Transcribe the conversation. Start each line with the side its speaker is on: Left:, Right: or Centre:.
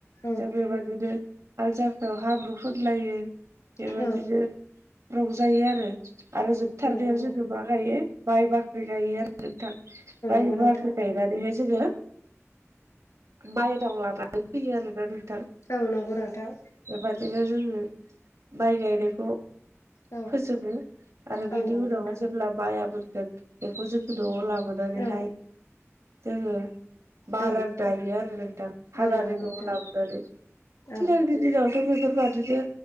Left: औ
Right: जों बेबा दिनो आल जांख्रायाव हाब्रु फोनलायो बेबादिनो
Left: औ
Right: रंजायो आरो आरो जोबथारनायाव
Left: नंगौ
Right: जोङो मा गायो माइ बाख्रि गायो आरो नोंथां। माइ
Left: नोंथां
Right: बाख्रि गाय नानैहाय जोङो मायनाव लानानै फैयो आरोना नोंथा
Left: औ नंगौ नोंथां।
Right: बेबादिनो जोङो माइ गायनायखौ
Left: औ
Right: फोजोबो आरो बेदि
Left: औ नंगौ
Right: उनावहाय
Left: नोंथां
Right: जेब्ला बाया मोनगोन बेखौ जोङो न'आव लाबो नानैहाय
Left: औ
Right: जोङो मारा
Left: औ
Right: दायो आरो नोंथां हानानै
Left: औ नंगौ नोंथां
Right: न'आव लाबोनानै। सिगांनि
Left: औ
Right: दिनावथ' बेफोरबादिनो